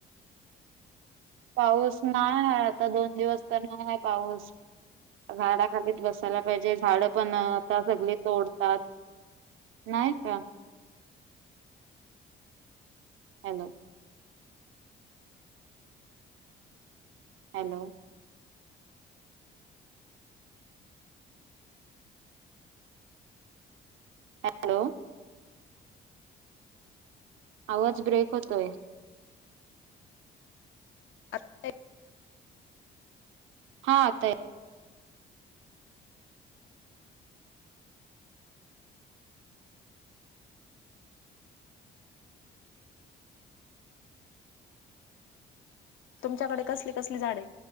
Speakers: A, on the right (about 85°); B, on the left (about 80°).
A: पाऊस नाय हाय आता दोन दिवस तर नाय हाय पाऊस. झाडाखालीच बसायला पाहिजे झाड पण आता सगळी तोडतात. नाय का? हॅलो. हॅलो. हॅलो! आवाज ब्रेक होतोय?
B: आता
A: हा आता येताय
B: तुमच्याकडे कसली कसली झाडे आहे?